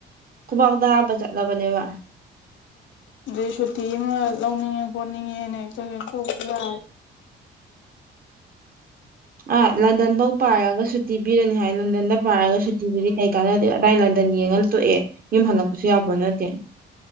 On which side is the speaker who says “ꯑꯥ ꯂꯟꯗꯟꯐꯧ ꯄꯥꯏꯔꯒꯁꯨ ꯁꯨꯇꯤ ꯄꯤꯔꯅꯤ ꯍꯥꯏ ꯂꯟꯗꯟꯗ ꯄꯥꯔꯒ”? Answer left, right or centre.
Right